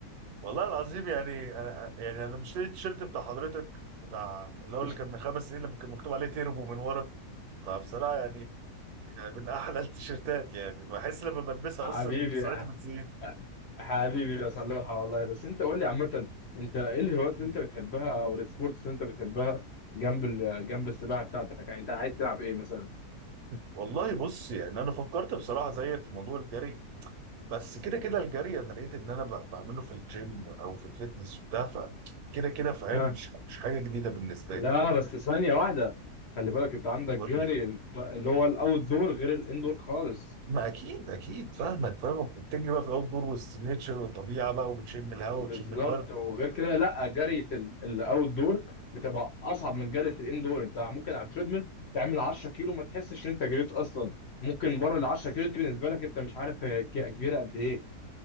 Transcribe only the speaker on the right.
والله العظيم يعني انا يعني انا مشتري التيشيرت بتاع حضرتك بتاع اللي هو
اللي كان من خمس سنين لما كان مكتوب عليه تيربو من ورا فبصراحه يعني يعني من احلى <laughs> التيشيرتات يعني بحس لما بلبسها
اصلا سرعتي
بتزيد
مم.
والله بص يعني انا فكرت بصراحه زيك في موضوع الجري بس كده كده الجري انا لقيت ان انا ب- بعمله في الجيم او في الفيتنس بتاع فكده كده فاهم
مش مش حاجه جديده بالنسبه
لي
قول
لي
ما اكيد اكيد فاهمك فاهمك وبتجري بقى في الاوت دور وسط النيتشر والطبيعه بقى وبتشم الهواء
وبتشم الورد